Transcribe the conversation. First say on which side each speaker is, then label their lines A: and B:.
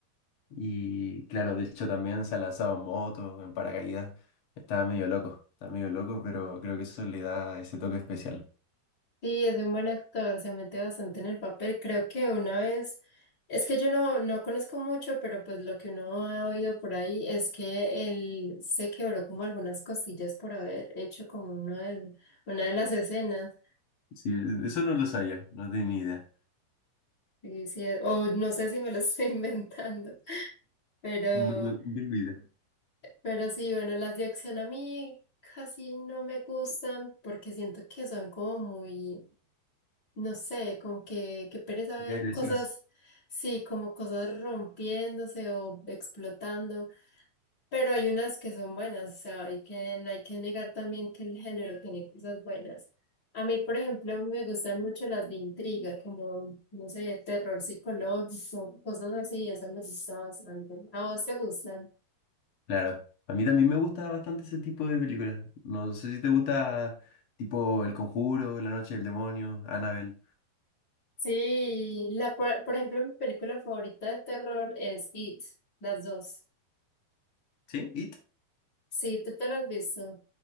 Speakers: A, on the left; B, on the left.
A: Y claro, de hecho también se ha lanzado en moto, en paracaídas. Estaba medio loco, estaba medio loco, pero creo que eso le da ese toque especial.
B: Sí, es un buen actor, se mete bastante en el papel. Creo que una vez, es que yo no, no conozco mucho, pero pues lo que uno ha oído por ahí es que él se quebró como algunas costillas por haber hecho como uno del- una de las escenas.
A: Sí, eso no lo sabía, no tenía ni idea.
B: Y sí, eh, o no sé si me lo estoy <laughs> inventando, pero,
A: No, no, ni idea.
B: pero sí, bueno, las de acción a mí casi no me gustan porque siento que son como muy... no sé, como que, que pereza ver
A: Y agresivas.
B: cosas, sí, como cosas rompiéndose o explotando, pero hay unas que son buenas, o sea, hay que, no hay que negar también que el género tiene cosas buenas. A mí, por ejemplo, me gustan mucho las de intriga, como, no sé, terror psicológico, cosas así, eso me gusta bastante. ¿A vos te gustan?
A: Claro, a mí también me gusta bastante ese tipo de películas. No sé si te gusta tipo El Conjuro, La Noche del Demonio, Annabelle.
B: Sí, la, por, por ejemplo, mi película favorita de terror es It, las dos.
A: ¿Sí? ¿It?
B: Sí, tú te las has visto.